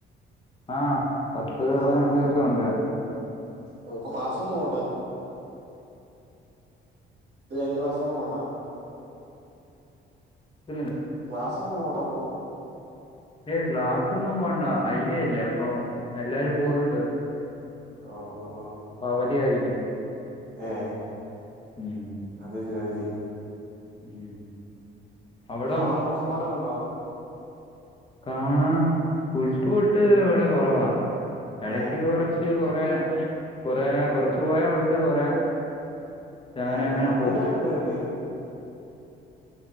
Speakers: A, on the left; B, on the right.
A: ആഹ്.., പത്ത്,
B: ആ
A: പതിനഞ്ചുസം
B: ആ ആ
A: ഒണ്ട്.
B: ഓ.. ! അപ്പൊ ക്ലാസ് ഒന്നും പോണ്ടാ? ഇത്‌ കഴിഞ്ഞിട്ട് ക്ലാസിനൊന്നും പോണ്ട?
A: <unintelligible>
B: ക്ലാസിനൊന്നും പോണ്ട പ്പൊ?
A: ഏയ് ഗ്ലാസൊന്നും പോണ്ട. ഐ യെ ല്ലെ അപ്പൊ, എല്ലാരും പോണുണ്ട്.
B: ഓ ഓ ഓ
A: പ്പവധിയായിരിക്കും
B: <unintelligible>
A: ഉം
B: അത്, ശരി അത് ശരി
A: ഉം അവിടോ
B: <unintelligible> ഹോട്ട്സ്പോട്ട്ഒക്കെയുണ്ടോ?
A: <unintelligible> ഇവിടെ കൊറവാ എടക്ക്
B: ഏ
A: കുറച്ച് ച്ച് കൊറേ കൊറേ കൊറച്ച് പോയാ ഒണ്ട് കൊറേ അങ്ങനെ
B: ഏ
A: അങ്ങനെ
B: മന്തി
A: പോയിട്ട്
B: കടയൊക്കെ ഒണ്ട് കേട്ട്-